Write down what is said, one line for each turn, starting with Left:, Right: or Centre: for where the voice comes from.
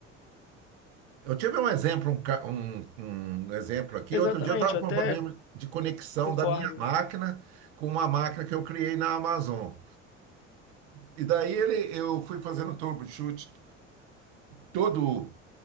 Right: Eu tive um exemplo, um, ca- um- um exemplo aqui.
Left: Exatamente,
Right: Outro dia eu estava
Left: eu
Right: com
Left: até
Right: um problema de conexão
Left: concordo.
Right: da minha máquina com uma máquina que eu criei na Amazon. E daí ele, eu fui fazendo troubleshoot, todo